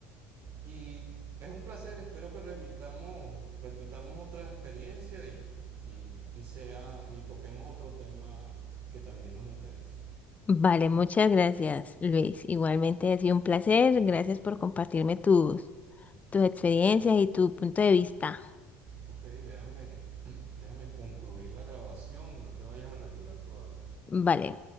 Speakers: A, on the right (about 50°); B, on the left (about 25°).
A: Y es un placer, espero que repitamos, repitamos otra experiencia y, y, y sea, y toquemos otro tema que también nos interese.
B: Vale, muchas gracias, Luis. Igualmente ha sido un placer. Gracias por compartirme tus, tus experiencias y tu punto de vista.
A: Ok, déjame, déjame concluir la grabación y no te vayas a retirar todavía.
B: Vale.